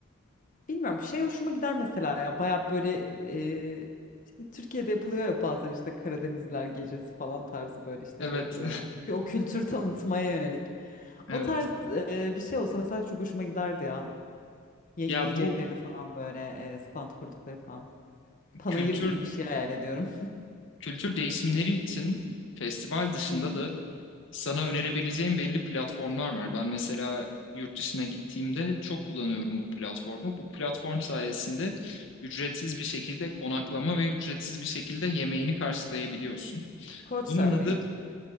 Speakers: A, on the left; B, on the left.
A: Bilmiyorum şey hoşuma gider mesela ya baya böyle e, işte Türkiye'de yapılıyor ya bazen işte Karadenizler gecesi falan tarzı böyle işte
B: Evet,
A: şey kuruyorlar. Bir O kültür tanıtmaya yönelik.
B: <laughs>
A: O tarz
B: evet.
A: e, bir şey olsa mesela çok hoşuma giderdi ya. Ya yiyeceklerini
B: Ya bu
A: falan böyle e, stand kurdukları falan. Panayır
B: kültür
A: gibi bir şey hayal ediyorum.
B: kültür değişimleri için festival dışında
A: <laughs> Hı hı.
B: da Sana önerebileceğim belli platformlar var. Ben mesela yurt dışına gittiğimde çok kullanıyorum bu platformu. Bu platform sayesinde ücretsiz bir şekilde konaklama ve ücretsiz bir şekilde yemeğini karşılayabiliyorsun.
A: Couchsurfing.
B: Bunun adı